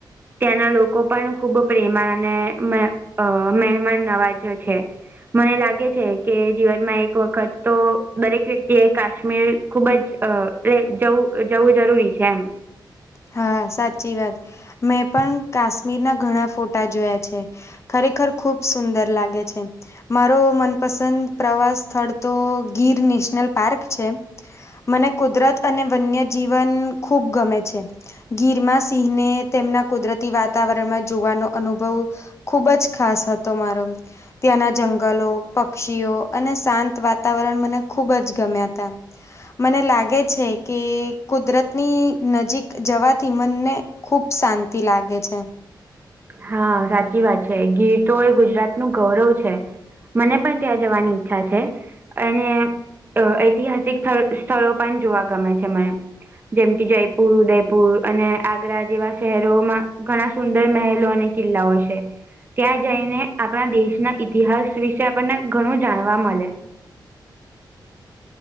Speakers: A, on the right; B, on the left.
A: ત્યાંના લોકો પણ ખૂબ પ્રેમા અને અ મહેમાન નવાજો છે મને લાગે છે કે દિવસ એક વખત તો દરેક વ્યક્તિ એ કાશ્મીર ખુબ જ એટલે જવું જવું જરૂરી છે એમ
B: હા સાચી વાત મેં પણ કાશ્મીરના ઘણા ફોટા જોયા છે. ખરેખર ખુબ સુંદર લાગે છે. મારો મનપસંદ પ્રવાસ સ્થળ તો ગીર નેશનલ પાર્ક છે. મને કુદરત અને વન્યજીીવન ખૂબ ગમે છે. ગીરમા સિંહને તેમના કુદરતી વાતાવરણમાં જોવાનો અનુભવ ખુબ જ ખાસ હતો મારો. ત્યાંના જંગલો પક્ષીઓ અને શાંત વાતાવરણ મને ખૂબ જ ગમ્યા તા મને લાગે છે કે કુદરતની નજીક જવાથી મનને ખુબ શાંતિ લાગે છે.
A: હા સાચી વાત છે ગીર તો એ ગુજરાત નું ગૌરવ છે. મને પણ ત્યાં જવાની ઈચ્છા છે. અને અ ઐતિહાસિક સ્થળ સ્થળો પણ જોવા ગમે છે મને. જેમ કે જયપુર ઉદયપુર અને આગ્રા જેવા શહેરોમાં ઘણા સુંદર મહેલો ને કિલ્લાઓ છે. ત્યાં જઈને આપણા દેશના ઇતિહાસ વિશે આપણને ઘણું જાણવા મલે. <inaudible>